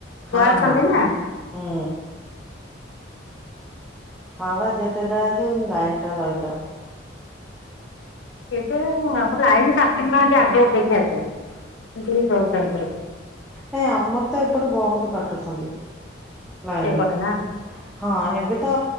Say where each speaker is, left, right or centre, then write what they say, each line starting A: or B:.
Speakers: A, on the left (about 80°); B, in the centre.
A: ଛୁଆ
B: ହଁ
A: ଅଛନ୍ତି
B: ହଁ
A: ନା
B: ହୁଁ। ହଁ ବା ଯେତେ ଯାହା ହେଇଛ କିନ୍ତୁ ଲାଇନ ଟା ରହିଥାଉ।
A: ଏବେ ଆମ ଲାଇନ କାଟ ଶୁଣୁନାହାନ୍ତି ଆଗ ଅପେକ୍ଷା ଏତେ ଯେତିକି କହୁଛନ୍ତି।
B: ନାଇଁ ଆମର ତ ଏପଟେ ବହୁତ କାଟୁଛନ୍ତି ଲାଇନି।
A: ସେଇପଟ ନା
B: ହଁ ଏବେ ତ